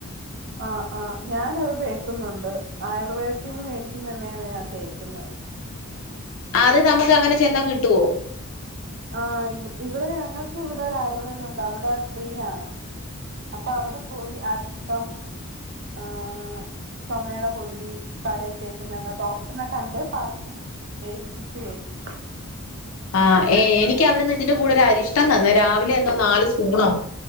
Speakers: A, on the right (about 50°); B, on the left (about 65°).
A: ആ ആ ഞാനത് തേക്ക്ന്നുണ്ട് ആയുർവേദത്തിന്ന് മേടിക്കുന്ന എണ്ണയാണ് ഞാൻ തേ ക്ക്ന്നത്
B: അത് നമ്മക്ക് അങ്ങനെ ചെന്നാ കിട്ടോ
A: ആഹ് ഇ ഇവിടെ ഞങ്ങക്ക് ഇവിടെ ഒരു ആയുർവേദം ഉണ്ട്, അവിടെ ഫ്രീയാണ്, അപ്പൊ അവിടെ പോയി അരിഷ്ടം ആഹ് ചൊമേടെ പൊടി തലേ തേക്കുന്നെ ഡോക്ടറിനെ കണ്ട് പറഞ്ഞ് എഴുതിപ്പിച്ച് കഴിക്കും.
B: ആ ഏ എനി ക്കി അവ്ട്ന്ന് ഇതിന്റെ കൂ ഒരു അരിഷ്ടം തന്ന് രാവിലെ എന്തോ നാല് സ്പൂണോ